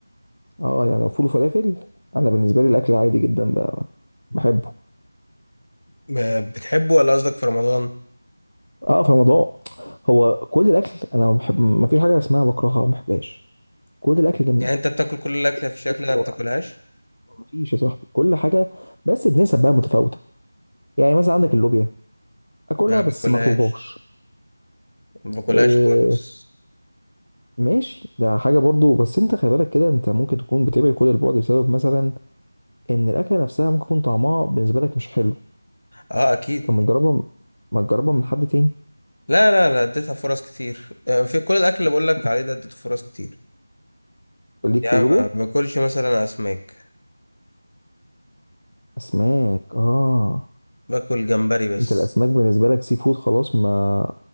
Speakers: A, on the left (about 85°); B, on the left (about 60°).
A: اه يعني لو فول وفلافل انا بالنسبه لي الاكل عادي جدا بقى بحبه
B: ب- بتحبه ولا قصدك في رمضان؟
A: اه في رمضان هو كل الاكل انا ما بحب ما فيش حاجه اسمها بكرهها او ما بحبهاش كل الاكل جميل
B: يعني أنت بتاكل كل الأكلة في الشكل
A: اكل
B: ده ما بتاكلهاش؟
A: رائع ما فيش يا صاحبي كل حاجه بس بنسب بقى متفاوته يعني مثلا عندك اللوبيا اكلها
B: لا ما
A: بس
B: باكلهاش
A: ما اطلبهاش
B: ما باكلهاش
A: إيه
B: خالص
A: ماشي ده حاجه برضو بس انت خلي بالك كده انت ممكن تكون بتبعد كل البعد بسبب مثلا ان الاكله نفسها ممكن يكون طعمها بالنسبه لك مش حلو
B: اه اكيد
A: طب ما تجربها ما تجربها من حد تاني
B: لا لا لا اديتها فرص كتير آه، في كل الاكل اللي بقول
A: <laughs>
B: لك عليه ده اديته فرص كتير
A: ليك
B: يعني
A: في اللوبيا
B: ما ما باكلش مثلا اسماك
A: اسماك اه
B: باكل جمبري بس
A: انت الاسماك بالنسبه لك سي فود خلاص ما